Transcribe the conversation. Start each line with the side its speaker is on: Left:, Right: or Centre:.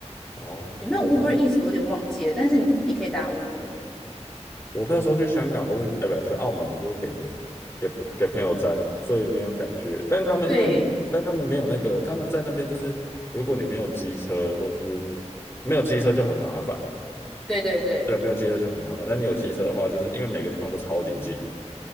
Left: 哦，
Centre: 也没有
Left: 哦。
Centre: Uber e a s 我有点忘记了，但是你可以打 Uber。
Left: 我那时候去香港都是，哎，不，去澳门我都是给给给朋友摘，所以没有感觉。但他们因为，
Centre: 对，
Left: 但他们没有那个，他们在那边就是，如果你没有机车，或是没有机车就很麻烦。
Centre: 对对对，
Left: 对，没有机车就很麻烦。但你有机车的话，就是因为每个地方都超级近的，